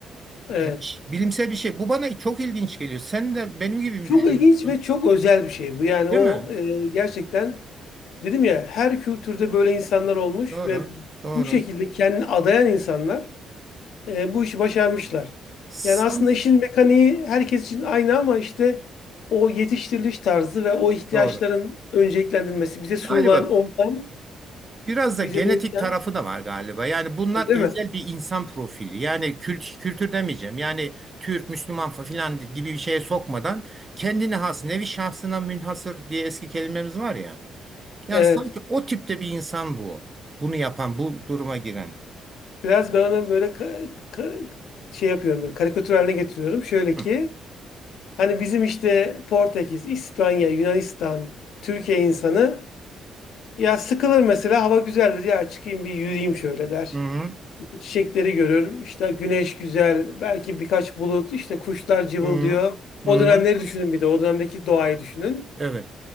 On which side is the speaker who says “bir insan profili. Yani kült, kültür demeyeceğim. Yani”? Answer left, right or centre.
Right